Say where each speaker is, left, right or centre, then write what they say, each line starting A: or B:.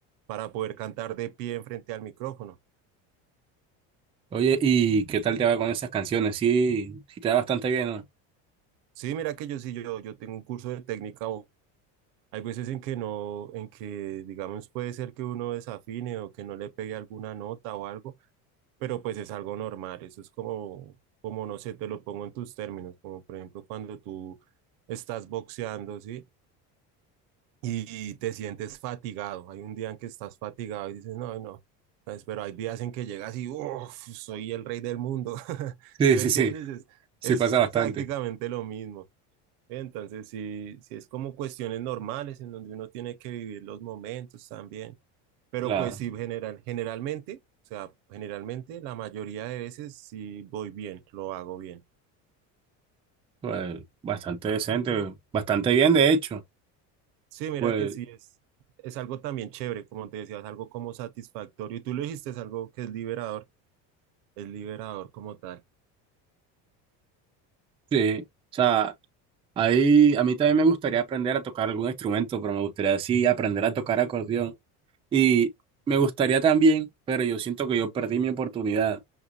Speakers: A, on the right; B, on the right.
A: para poder cantar de pie frente al micrófono.
B: Oye, ¿y qué tal te va con esas canciones? Sí, sí te va bastante bien, ¿no?
A: Sí, mira que yo sí, yo, yo tengo un curso de técnica vocal. Hay veces en que no, en que digamos puede ser que uno desafine o que no le pegue alguna nota o algo, pero pues es algo normal. Eso es como, como no sé, te lo pongo en tus términos, como por ejemplo cuando tú estás boxeando, ¿sí? y te sientes fatigado. Hay un día en que estás fatigado y dices, no, no. Pues, pero hay días en que llegas y, uff, soy el rey del mundo. <laughs>
B: Sí,
A: ¿Sí me
B: sí,
A: entiendes?
B: sí,
A: Es,
B: sí
A: es
B: pasa bastante.
A: prácticamente lo mismo. Entonces, sí, sí es como cuestiones normales en donde uno tiene que vivir los momentos también. Pero
B: Claro,
A: pues sí, general, generalmente, o sea, generalmente la mayoría de veces sí voy bien, lo hago bien.
B: pues bastante decente, bastante bien, de hecho.
A: Sí, mira
B: Pues
A: que sí es, es algo también chévere, como te decía, es algo como satisfactorio. Y tú lo dijiste, es algo que es liberador, es liberador como tal.
B: sí, o sea, ahí a mí también me gustaría aprender a tocar algún instrumento, pero me gustaría sí aprender a tocar acordeón. Y me gustaría también, pero yo siento que yo perdí mi oportunidad.